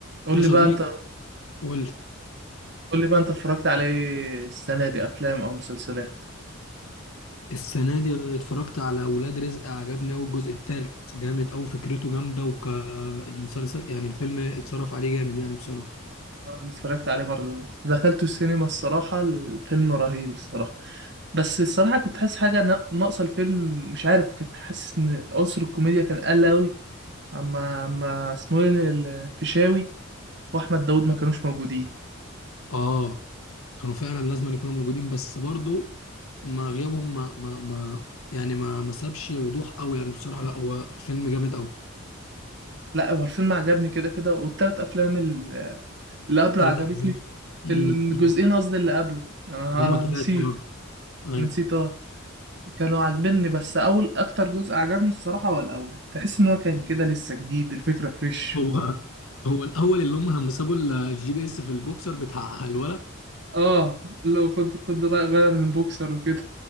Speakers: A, on the right; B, on the left.
A: قول
B: يا
A: لي
B: صديقي
A: بقى انت
B: قول لي
A: قول لي بقى انت اتفرجت عليه السنة دي افلام او مسلسلات
B: السنة دي اتفرجت على ولاد رزق عجبني أوي الجزء التالت جامد أوي فكرته جامدة وكالمسلسل يعني الفيلم اتصرف عليه جامد يعني بسرعة
A: اه، انا اتفرجت عليه برضه كنت دخلته السينما الصراحة الفيلم رهيب الصراحة بس الصراحة كنت حاسس حاجة نا- ناقصة الفيلم مش عارف كنت حاسس ان عنصر الكوميديا كان قل قوي اما اما اسمه ايه ال- الفيشاوي واحمد داود ما كانوش موجودين
B: آه كانوا فعلا لازم أن يكونوا موجودين بس برضو ما غيابهم ما ما ما يعني ما ما سابش وضوح أوي يعني بصراحة لا هو الفيلم جامد أوي
A: لا هو الفيلم عجبني كده كده والتلات افلام ال- اللي قبله
B: تلات
A: عجبتني
B: أجزاء أمم،
A: الجزئين
B: أمم.
A: قصدي اللي قبله انا
B: هما
A: أنا
B: تلاتة
A: نسيت
B: آه. أيوة
A: أنا نسيت اه كانوا عاجبني بس اول اكتر جزء عجبني الصراحه هو الاول تحس ان هو كان كده لسه جديد الفكره فريش
B: هو
A: و...
B: هو الأول اللي هم لما سابوا ال- الجي بي إس في البوكسر بتاع الولد
A: اه لو خد خد رأي غير من بوكسر وكده